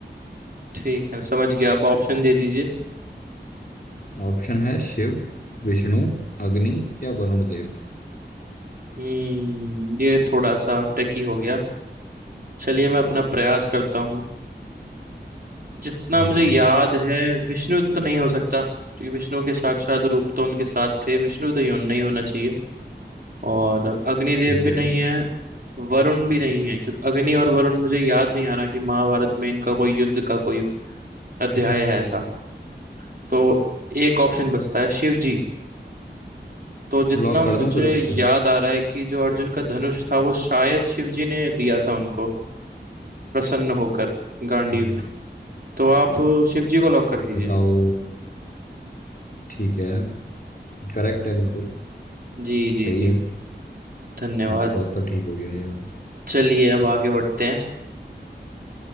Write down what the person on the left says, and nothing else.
था ऑप्शन है शिव विष्णु अग्नि या वरुण देव
हाँ
ठीक
है
लॉक
कर दूं फिर उसको
हम्म।
बताओ ठीक है करेक्ट है बिल्कुल
सही
है
आपका उत्तर ठीक हो गया ये वाला